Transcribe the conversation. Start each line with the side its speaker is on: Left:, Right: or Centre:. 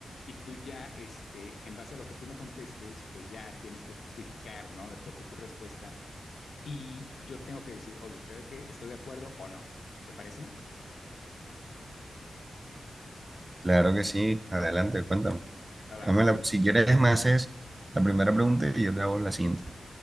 Left: Y tú ya, este, en base a lo que tú me contestes, pues ya tienes que justificar, ¿no? De por qué tu respuesta y yo tengo que decir, oye, ¿sabes qué? ¿Estoy de acuerdo o no? ¿Te parece?
Right: Claro que sí, adelante, cuéntame.
Left: Va, va,
Right: Dame
Left: súper.
Right: la- si quieres, me haces la primera
Left: Ujú.
Right: pregunta y yo te hago la siguiente.